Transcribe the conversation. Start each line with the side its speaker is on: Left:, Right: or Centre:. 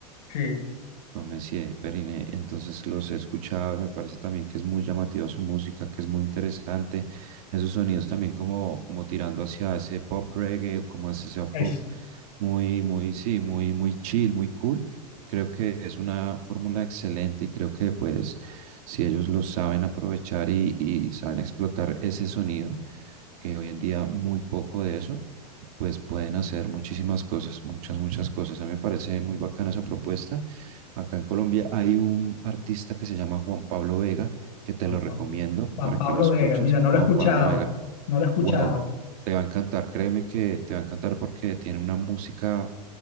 Left: Sí,
Right: con Messier, Periné. Entonces los he escuchado y me parece también que es muy llamativa su música, que es muy interesante. Esos sonidos también como, como tirando hacia ese pop reggae o como hacia ese pop
Left: Es
Right: muy, muy, sí, muy, muy chill, muy cool. Creo que es una fórmula excelente y creo que pues si ellos lo saben aprovechar y, y saben explotar ese sonido, que hoy en día muy poco de eso pues pueden hacer muchísimas cosas, muchas, muchas cosas. A mí me parece muy bacana esa propuesta. Acá en Colombia hay un artista que se llama Juan Pablo Vega, que te
Left: Juan
Right: lo recomiendo
Left: Pablo. Juan
Right: para
Left: Pablo
Right: que lo escuches.
Left: Vega, mira, no lo
Right: Juan
Left: he escuchado,
Right: Pablo Vega,
Left: no lo he escuchado.
Right: wow, te va a encantar, créeme que te va a encantar porque tiene una música